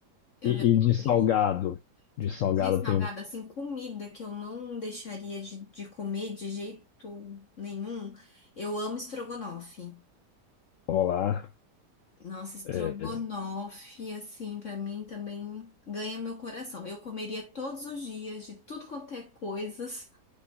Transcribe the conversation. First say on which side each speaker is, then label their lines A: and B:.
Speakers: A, on the left; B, on the left.
A: eu
B: E,
A: já fico
B: e de
A: triste.
B: salgado? De salgado
A: De salgado,
B: tem um
A: assim, comida que eu não deixaria de, de comer de jeito nenhum. Eu amo estrogonofe.
B: polar.
A: Nossa, estrogonofe,
B: É,
A: assim, pra mim também ganha meu coração. Eu comeria todos os dias de tudo quanto é coisas,